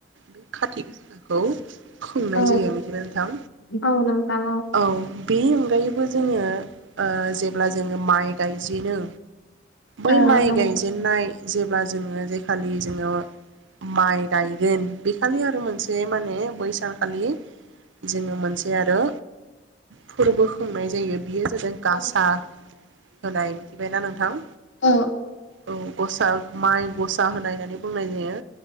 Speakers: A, on the right; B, on the left.
A: बे खाथि गासाखौ खुंनाय
B: औ
A: जायो मिथिबाय नोंथां?
B: औ औ नोंथां
A: औ। बेनि अनगायैबो जोंङो ओ जेब्ला जोंङो माइ गायजेनो बै
B: औ ओं।
A: गायजेननाय माइ जेब्ला जोंङो जायखालि जोंङो माइ गायगोन बेखालि आरो मोनसे माने बैसानखालि जोंङो मोनसे आरो फोरबो खुंनाय जायो बियो। जों गासा
B: औ
A: होनाय मिथिबायना नोंथां?
B: औ।
A: औ गसा माइ गसा होनाय होन बुंनाय जायो।